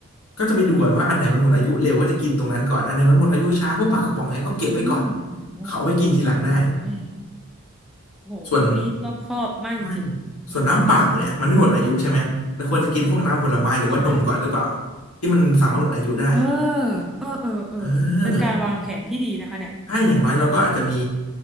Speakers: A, on the left; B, in the centre.
A: ก็จะไปดูก่อนว่าอันไหนมันหมดอายุเร็วก็จะกินตรงนั้นก่อนอันไหนมันหมดอายุช้าพวกปลากระป๋องเนี้ยก็เก็บไว้ก่อน
B: อืมโหโห
A: เขาเอาไปกินทีหลังได้
B: โอ้ยโโหคุณนี่รอบคอบมากจริง
A: ส่วนไม่ส่วนน้ำเปล่าเนี่ยมันไม่หมดอายุใช่ไหมแล้วควรจะกินพวกน้ำผลไม้หรือว่านมก่อนหรือเปล่า
B: ๆใช่
A: ที่มันสามารถหมดอายุได้
B: เออเออเออเออเป็นการวางแผนที่ดีนะคะเนี่ย
A: เออ ใช่อย่างน้อยเราก็อาจจะมี